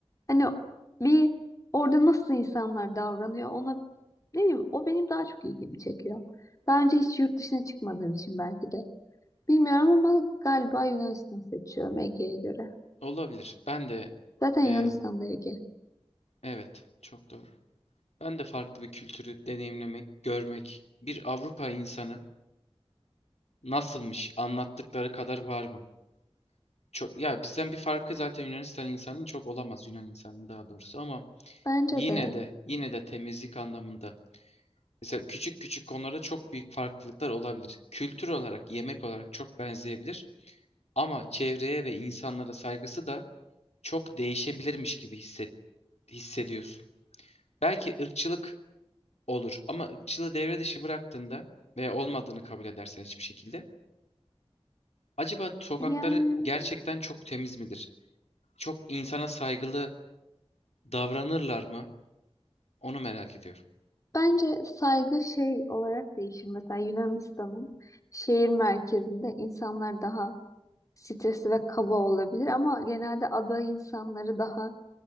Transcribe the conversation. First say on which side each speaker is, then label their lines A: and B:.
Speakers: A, on the left; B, on the left.
A: hani bir orada nasıl insanlar davranıyor ona Ne bileyim o benim daha çok ilgimi çekiyor. Daha önce hiç yurt dışına çıkmadığım için belki de. Bilmiyorum ama galiba Yunanistan seçiyorum Ege'ye göre.
B: Olabilir. Ben de
A: Zaten
B: e,
A: Yunanistan'da Ege.
B: evet çok doğru. Ben de farklı bir kültürü deneyimlemek, görmek, bir Avrupa insanı nasılmış anlattıkları kadar var mı? Çok ya bizden bir farkı zaten Yunanistan insanının çok olamaz Yunan insanının daha doğrusu ama
A: Bence
B: yine
A: de.
B: de yine de temizlik anlamında Mesela küçük küçük konularda çok büyük farklılıklar olabilir. Kültür olarak, yemek olarak çok benzeyebilir. Ama çevreye ve insanlara saygısı da çok değişebilirmiş gibi hisset, hissediyorsun. Belki ırkçılık olur ama ırkçılığı devre dışı bıraktığında ve olmadığını kabul edersen hiçbir şekilde acaba sokakları
A: Yani
B: gerçekten çok temiz midir? Çok insana saygılı davranırlar mı? Onu merak ediyorum.
A: bence saygı şey olarak değişir. Mesela Yunanistan'ın şehir merkezinde insanlar daha stresli ve kaba olabilir ama genelde ada insanları daha